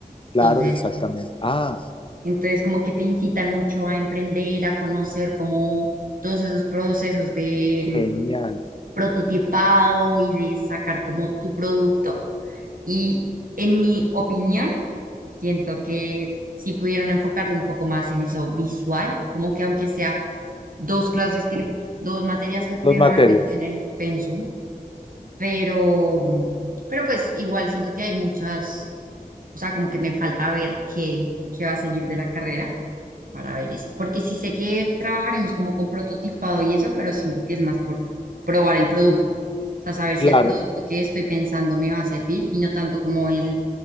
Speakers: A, on the left; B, on the right.
A: Claro,
B: entonces,
A: exactamente. Ah,
B: entonces como que te incitan mucho a emprender, a conocer como todos esos procesos de mm,
A: genial.
B: prototipado y de sacar como tu producto. Y en mi opinión, siento que si pudieron enfocarlo un poco más en eso visual, como que aunque sea dos clases que le- dos materias que pudieron
A: Dos materias.
B: haber metido en el pensum, pero pero pues igual siento que hay muchas, o sea, como que me falta ver qué qué va a seguir de la carrera para ver eso, porque sí sé que trabajaremos como con prototipado y eso, pero siento que es más por probar el producto. O sea, saber
A: Claro,
B: si el producto que estoy pensando me va a servir y no tanto como el,